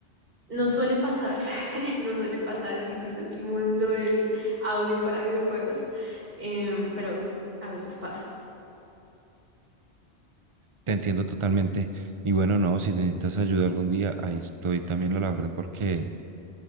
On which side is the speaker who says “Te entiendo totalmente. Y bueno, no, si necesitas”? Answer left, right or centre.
Right